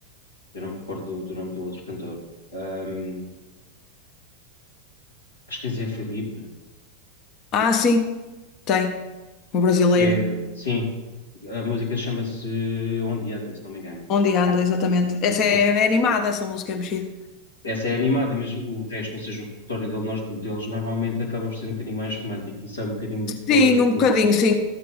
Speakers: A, on the left; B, on the left.
A: Eu não me recordo do, do nome do outro cantor. Ahm, acho que é Zé Felipe.
B: Ah, sim, tem. Um brasileiro.
A: que é, sim, a música chama-se Onde Anda, se não me engano.
B: Onde anda, exatamente. Essa
A: Sim.
B: é, é animada, essa música é mexida.
A: Essa é animada, mas o resto, ou seja, o repertório dele- nós- deles normalmente acaba por ser um bocadinho mais romântico e sai um bocadinho fora
B: Sim,
A: daquilo
B: um bocadinho,
A: que.
B: sim.